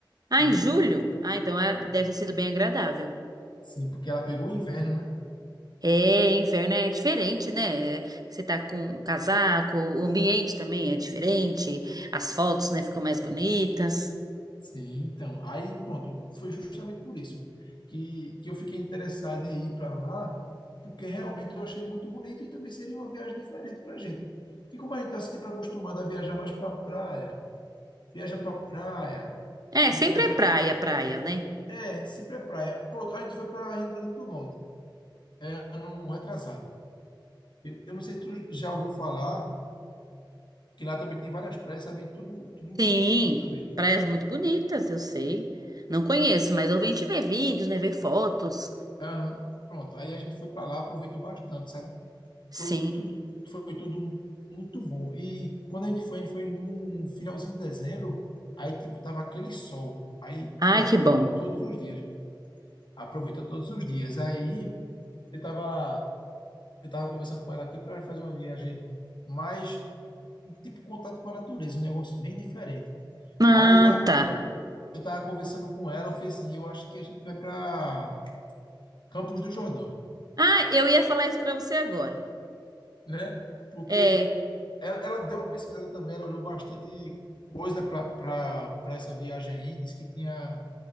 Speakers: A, on the right; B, on the left.
A: Ah,
B: entendeu?
A: em julho? Ah, então ah,
B: Foi.
A: deve ter sido bem agradável.
B: Sim, porque ela pegou o inverno, né?
A: É, inverno é diferente, né? Você tá com um casaco, o ambiente também é diferente, as fotos, né, ficam mais bonitas.
B: Sim, então. Aí, pronto, foi justamente por isso que, que eu fiquei interessado em ir para lá, porque realmente eu achei muito bonito e também seria uma viagem diferente para a gente. Porque como a gente está sempre acostumado a viajar mais para praia, viaja para praia,
A: É,
B: viaja
A: sempre é praia, praia, né?
B: É, sempre é praia. Pronto, a gente foi para Rio Grande do Norte, é, ano retrasado. Eu, eu não sei se tu já ouviu falar que lá também tem várias praias, sabe? Tudo, tudo muito
A: Sim,
B: bonito também.
A: praias muito bonitas, eu sei. Não conheço, mas eu venho te ver vídeos, né, ver fotos.
B: Aham, Pronto, aí a gente foi para lá, aproveitou bastante, sabe?
A: Sim.
B: Foi tudo, foi tudo muito bom. E quando a gente foi, a gente foi no finalzinho de dezembro, aí tipo tava aquele sol. Aí,
A: Ai,
B: pô, aproveitou
A: que bom.
B: todos os dias. Aproveitou todos os dias. Aí eu tava Eu estava conversando com ela aqui para fazer uma viagem mais, tipo, contato com a natureza, um negócio bem diferente.
A: Ah,
B: Aí eu estava
A: tá.
B: eu tava conversando com ela, eu falei assim, eu acho que a gente vai para Campos do Jordão,
A: Ah, eu ia falar isso pra você agora.
B: né? Porque
A: É,
B: ela, ela deu uma pesquisada também, ela olhou bastante coisa para essa viagem aí, disse que tinha...